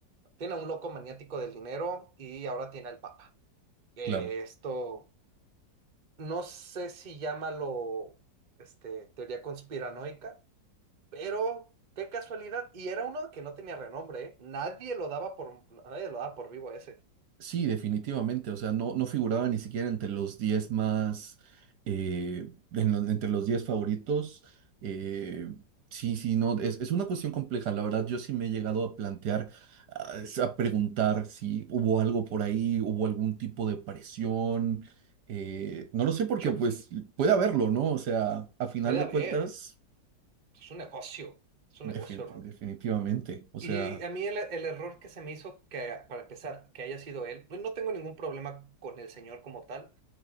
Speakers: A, on the right; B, on the right.
A: tiene a un loco maniático del dinero y ahora tiene al Papa. Eh,
B: claro.
A: Esto, no sé si llámalo, este, teoría conspiranoica, pero qué casualidad. Y era uno que no tenía renombre, ¿eh? Nadie lo daba por, nadie lo daba por vivo a ese.
B: Sí, definitivamente. O sea, no, no figuraba ni siquiera entre los 10 más, eh, en lo- entre los 10 favoritos. Eh, sí, sí, no, es, es una cuestión compleja. La verdad, yo sí me he llegado a plantear, a, a preguntar si hubo algo por ahí, hubo algún tipo de presión. eh, no lo sé porque
A: Yo,
B: pues puede haberlo, ¿no? O sea, a final
A: puede
B: de
A: haber,
B: cuentas,
A: es un negocio, es un
B: definit-
A: negocio, hermano.
B: definitivamente. O
A: Y
B: sea,
A: a mí el, el error que se me hizo, que para empezar, que haya sido él, pues no tengo ningún problema con el señor como tal.